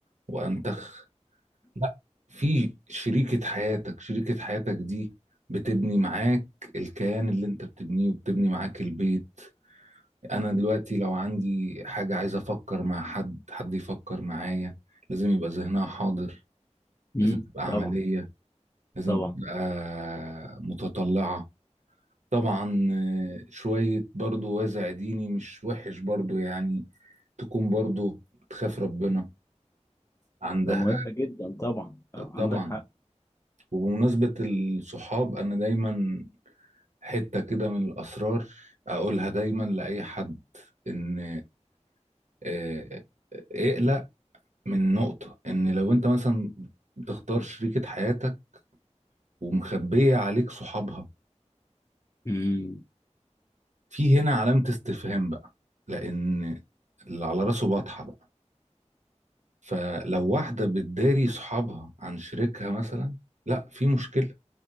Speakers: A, on the right; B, on the left.
A: وأنتخ لا في شريكة حياتك شريكة حياتك دي بتبني معاك الكيان اللي انت بتبنيه وبتبني معاك البيت انا دلوقتي لو عندي حاجة عايز افكر مع حد حد يفكر معايا لازم يبقى ذهنها حاضر
B: امم
A: لازم تبقى
B: طبعا
A: عملية لازم
B: طبعا
A: تبقى متطلعة طبعا آه، شوية برضو وازع ديني مش وحش برضو يعني تكون برضو بتخاف ربنا عندها
B: ده مهم جدا طبعا آه، عندك
A: طبعا
B: حق
A: وبمناسبة الصحاب أنا دايما حتة كده من الأسرار أقولها دايما لأي حد إن آه، اقلق من نقطة إن لو أنت مثلا بتختار شريكة حياتك ومخبية عليك صحابها
B: امم
A: في هنا علامة استفهام بقى لأن اللي على راسه بطحة بقى فلو واحدة بتداري صحابها عن شريكها مثلا لا في مشكلة